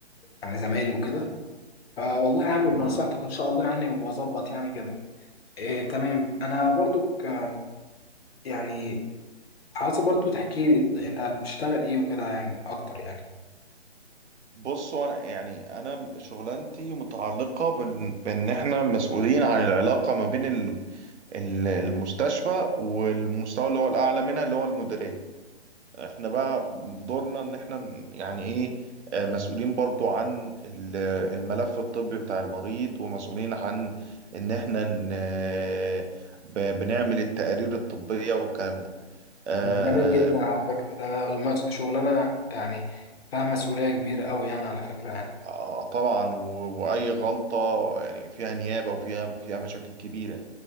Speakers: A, on the left; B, on the right.
A: يعني زمايلي وكده فوالله هعمل مم. بنصيحتك ان شاء الله يعني واظبط يعني كده إيه تمام انا برضو ك- يعني عايز برضو تحكي لي انت بتشتغل ايه وكده يعني اكتر يعني
B: بص هو أنا- يعني انا شغلانتي متعلقة بال- بان احنا مسؤولين عن العلاقة ما بين ال- ال- المستشفى والمستوى اللي هو الاعلى منها اللي هو المديرية احنا بقى دورنا ان احنا ن- يعني ايه آه، مسؤولين برضو عن ال- الملف الطبي بتاع المريض ومسؤولين عن ان احنا ن- آه، ب- بنعمل التقارير الطبية والكلام ده آه،
A: ده جميل جدا على فكرة ده مس- شغلانة يعني فيها مسؤولية كبيرة قوي يعني على فكرة يعني
B: آه، طبعا و- واي غلطة يعني فيها نيابة وفيها فيها مشاكل كبيرة